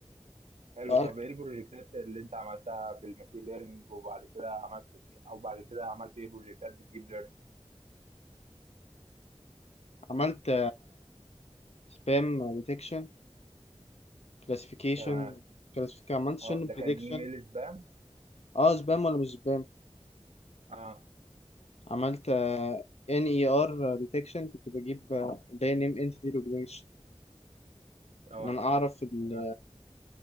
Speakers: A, on the right (about 70°); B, on the left (about 65°).
A: حلو
B: آه،
A: طب ايه البروجكتات اللي انت عملتها بالماشين ليرنينج وبعد كده عملت إيه، او بعد كده عملت ايه بروجكتات بالديب
B: عملت سبام ديتكشن كلاسيفيكيشن
A: ليرنينج
B: كلاسيفيكيشن عملت شن
A: اه ده
B: بريدكشن
A: كان ايميل سبام
B: اه سبام ولا مش سبام
A: اه
B: عملت ان اي ار ديتكشن كنت بجيب آه، ده نيم انتيتي ريكوجنيشن
A: اه
B: ان انا اعرف ال...
A: تمام